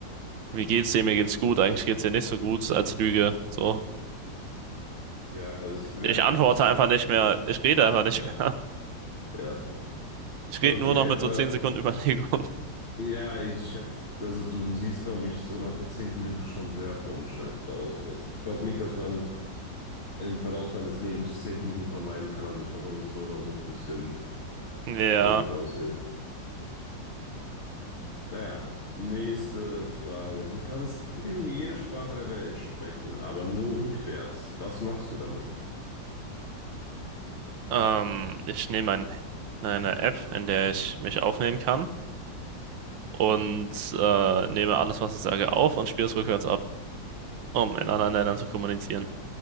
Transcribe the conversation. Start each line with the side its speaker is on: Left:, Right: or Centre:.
Right: wie geht's dir, mir geht's gut, eigentlich geht's dir nicht so gut als Lüge. So.
Left: ja, es wäre
Right: Ich
Left: eine Katastrophe.
Right: antworte einfach nicht mehr, ich rede einfach nicht
Left: Ja,
Right: mehr.
Left: ja.
Right: Ich
Left: Okay,
Right: rede nur noch mit
Left: äh,
Right: so 10 Sekunden <laughs> Überlegung.
Left: Ja, ich hätte, also du siehst, glaube ich, so nach der zehnten Lüge schon sehr verunstaltet aus. Und das, ich glaube nicht, dass man im Verlauf seines Lebens zehn Lügen vermeiden kann. Also ich glaube, man wird so oder so ein bisschen
Right: Ja,
Left: komisch aussehen. Naja, nächste Frage. Du kannst <clears throat> jede Sprache der Welt sprechen, aber nur rückwärts. Was machst du damit?
Right: ähm, ich nehme ein, eine App, in der ich mich aufnehmen kann und äh, nehme alles, was ich sage, auf und spiele es rückwärts ab, um in anderen Ländern zu kommunizieren.